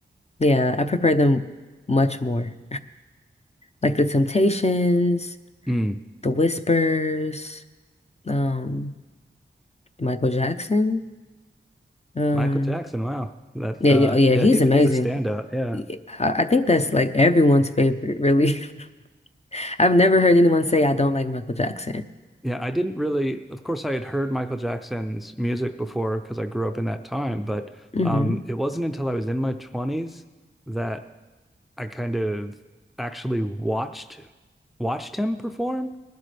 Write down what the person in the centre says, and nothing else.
Hmm.
Michael Jackson. Wow. That
uh,
yeah,
he's
he's a standout. Yeah.
Yeah, I didn't really, of course, I had heard Michael Jackson's music before because I grew up in that time, but
um, it wasn't until I was in my 20s that I kind of actually watched watched him perform.